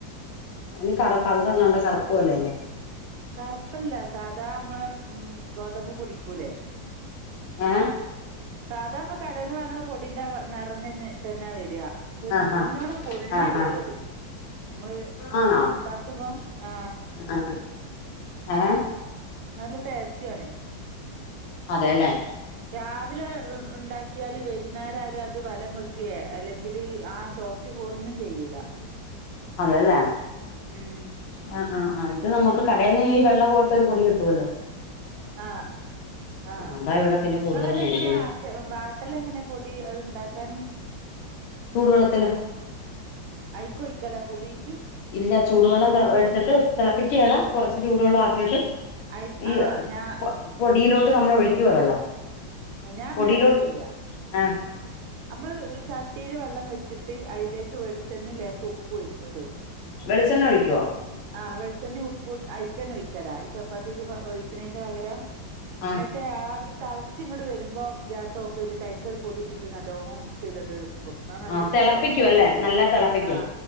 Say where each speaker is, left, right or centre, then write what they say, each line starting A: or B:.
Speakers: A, on the left; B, on the right.
A: അയില് കളറങ്ങാണ്ട കറപ്പ് പോല അല്ലേ
B: കറുപ്പല്ല സാധാ നമ്മളെ ഉം ഗോതമ്പ് പൊടിടിക്കൂലേ
A: ഏ
B: സാധാ നമ്മള് കടേന്ന് വാങ്ങണ പൊടിന്റെ നിരതന്നെണ് തന്നെ വരാ ക്ഷെ
A: ആഹാ
B: നല്ലോണ്ണം പൊള്ളി
A: ആഹാ
B: വരും അത് നമ്മള്
A: ആണോ
B: ന്താക്കുമ്പോ ആ
A: ആ ഏ
B: നല്ല ടേസ്റ്റാണ്
A: അതെ ല്ലേ
B: രാവിലെ ഉണ്ടാക്കിയാല് വൈകുന്നേരം ആയാലും അത് വലം വെക്കുക അല്ലെങ്കിൽ ആ സോഫ്റ്റ് പോ ന്നും ചെയ്യൂല
A: അതെയല്ലേ
B: ഉം
A: ആ ആ ആ ഇത് നമുക്ക് കടയിൽന്ന് ഈ വെള്ള പോലത്തെ ഒരു പൊടി കിട്ടുവല്ലോ
B: ആ ആ
A: അതാ ഇവിടെ പിന്നെ കൂടുതലും
B: നിങ്ങളതെങ്ങനെ
A: മേടിക്കുന്നത്
B: ആക്ക വാട്ടല് എങ്ങനെ പൊടി ഉണ്ടാക്കൻ
A: ചൂടുവെള്ളത്തില്
B: അയിക്കൊഴിക്കല പൊടിക്ക്
A: ഇല്ല ചൂടുവെള്ളം എടുത്തിട്ട് തിളപ്പിക്കേല കുറ ചൂടുവെള്ളമാക്കിയിട്ട്
B: അയ്
A: ഈ
B: ആഹ് ഞാ
A: പൊടിയിലോട്ട് നമ്മൾ ഒഴി ക്കുവ വെള്ളം
B: ഏ ഞാൻ അങ്ങനെല്ല
A: പൊടിയിലോട്ട്
B: ചെയ്യാ
A: ആ
B: അമ്മള് ച ട്ടിയില് വെള്ളം വെച്ചിട്ട് അയിലേക്ക് വെളിച്ചെണ്ണിം ലേസുപ്പ് പൊയിക്കട്ടൊ
A: വെളിച്ചെണ്ണ ഒഴിക്കോ?
B: ആ വെളിച്ചെണ്ണിം ഉ പ്പും അയിക്കന്നെ ഒഴി ക്കലായി ചപ്പാത്തീക്ക് പ ഒഴിക്കണേന്റെ പകരം
A: ആ
B: ഇന്ന്ട്ട് ആത് തള് ച്ച് ഇങ്ങട്ട് വരുമ്പോ ഗ്യാസ് ഓഫെയ്തിട്ട് അയ്ക്കത് പൊടിയിട്ടിട്ട് നല്ലോം മിക്സെയ്ത്ട് ക്കും ന്നാ നല്ല
A: ആ തിളപ്പിക്കും
B: സോഫ്റ്റാ
A: അല്ലേ
B: കഴിക്കാൻ
A: നല്ല തിളപ്പിക്കും
B: ആ